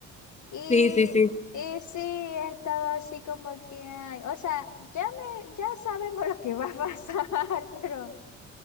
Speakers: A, on the left (about 50°); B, on the left (about 20°).
A: Y,
B: Sí, sí, sí.
A: y sí, estaba así como que, ay, o sea, ya me, ya sabemos lo que va a pasar, <laughs> pero...